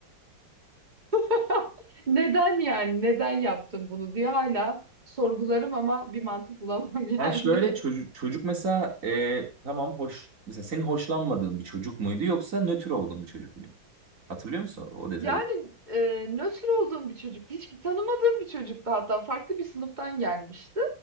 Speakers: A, on the right (about 20°); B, on the right (about 40°).
A: <laughs> Neden yani? Neden yaptım bunu diye hala sorgularım ama bir mantık bulamam <laughs>
B: Yani
A: yani.
B: şöyle çocuk, çocuk mesela ee, tamam hoş mesela senin hoşlanmadığın bir çocuk muydu yoksa nötr olduğun bir çocuk muydu? Hatırlıyor musun o detayı?
A: Yani e, nötr olduğum bir çocuk, hiç tanımadığım bir çocuktu hatta farklı bir sınıftan gelmişti.